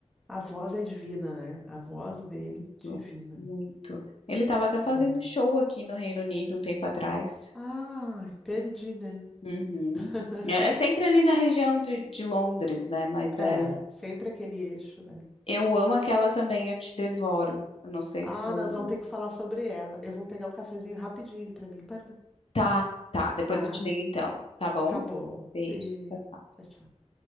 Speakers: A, in the centre; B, on the left.
A: A voz é divina, né? A voz dele,
B: Muito.
A: divina.
B: muito. Ele estava até fazendo
A: né?
B: show aqui no Reino Unido um tempo atrás.
A: Ah, perdi, né?
B: Uhum.
A: <laughs>
B: É é sempre ali na região de, de Londres, né? Mas
A: É,
B: é.
A: sempre aquele eixo, né?
B: Eu amo aquela também, Eu Te Devoro. Eu não sei
A: Ah,
B: se tu.
A: nós vamos ter que falar sobre ela. Eu vou pegar um cafezinho rapidinho ali pra mim, Bárbara.
B: Tá, tá. Depois
A: Tá,
B: eu te ligo então. Tá bom?
A: tá bom.
B: Beijo.
A: Beijo.
B: Tchau,
A: Tchau, tchau.